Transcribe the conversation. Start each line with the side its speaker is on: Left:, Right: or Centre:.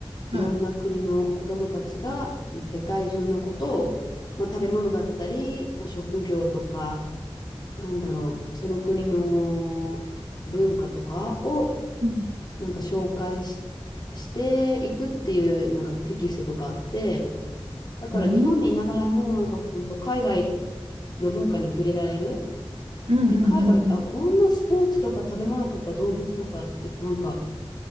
Right: はい。
Left: いろんな国の子どもたちが世界中のことを、まあ、食べ物だったり、まあ、職業とか、なんだろう、その国の文化とかを
Right: うん
Left: なんか紹介し、していくっていうなんかテキストとかあって、だから日本にいながらもなんか本当海外
Right: うん。
Left: の文化に触れられる。
Right: うんう
Left: で、海外って、
Right: んうん
Left: あ、こんなスポーツとか食べ物とか動物とかってなんか